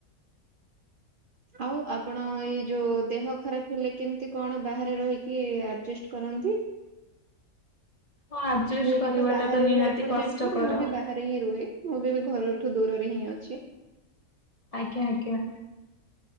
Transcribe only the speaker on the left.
ହଁ। ଆଡଜଷ୍ଟ
କରିବାଟା
ନିହାତି
କଷ୍ଟକର
ଆଜ୍ଞା-ଆଜ୍ଞା।